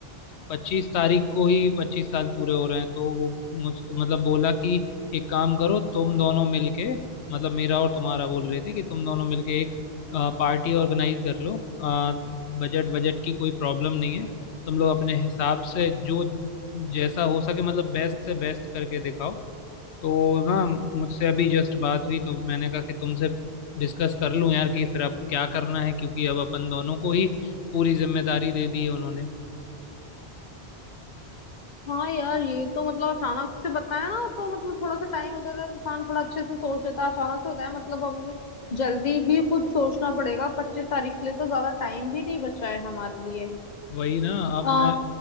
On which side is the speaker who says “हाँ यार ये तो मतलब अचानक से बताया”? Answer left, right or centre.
Left